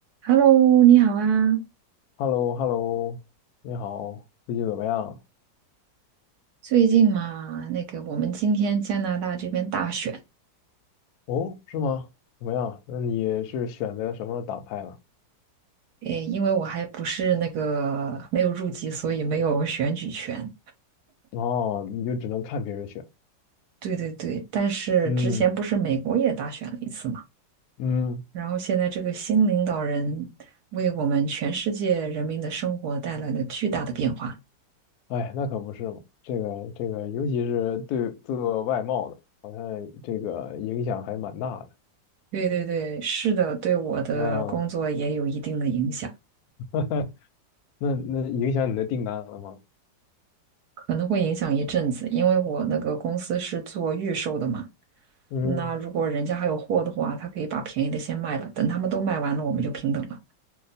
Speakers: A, on the right; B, on the left.
A: Hello，你好啊！
B: h e l l o h e l l o 你好，最近怎么样？
A: 最近嘛，那个我们今天加拿大这边大选，
B: 哦，是吗？怎么样？那你是选择什么党派了？
A: 诶，因为我还不是那个没有入籍，所以没有选举权。
B: 哦，你就只能看别人选。
A: 对对对，但是之前不是美国也大选了一次嘛，
B: 嗯嗯，
A: 然后现在这个新领导人为我们全世界人民的生活带来了巨大的变化。
B: 哎，那可不是嘛。这个这个，尤其是对做外贸的，好像这个影响还蛮大的。
A: 对对对，是的，对我的工作也有一定的影响，
B: 嗯，<laughs> 那那影响你的订单了吗？
A: 可能会影响一阵子，因为我那个公司是做预售的嘛。
B: 嗯
A: 那如果人家还有货的话，他可以把便宜的先卖了，等他们都卖完了，我们就平等了。